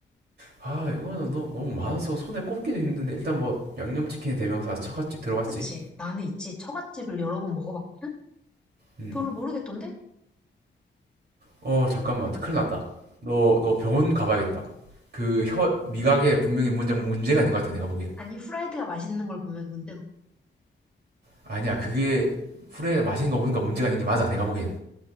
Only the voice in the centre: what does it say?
그치? 나는 있지. 처갓집을 여러 번 먹어봤거든?
별로 모르겠던데?
아니, 후라이드가 맛있는 걸 보면 문제 없어